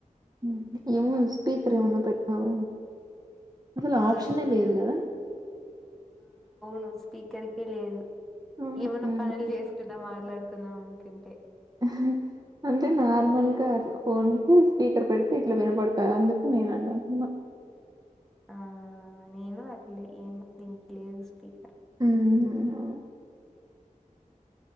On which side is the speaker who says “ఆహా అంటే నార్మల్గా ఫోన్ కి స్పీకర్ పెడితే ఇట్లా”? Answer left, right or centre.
Right